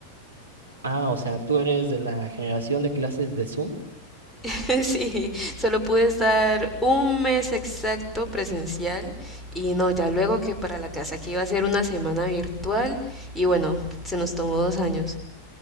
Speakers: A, on the right; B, in the centre.
A: Ah, o sea, tú eres de la generación de clases de Zoom.
B: <laughs> Sí, solo pude estar un mes exacto presencial y no, ya luego que para la casa que iba a ser una semana virtual y bueno, se nos tomó dos años.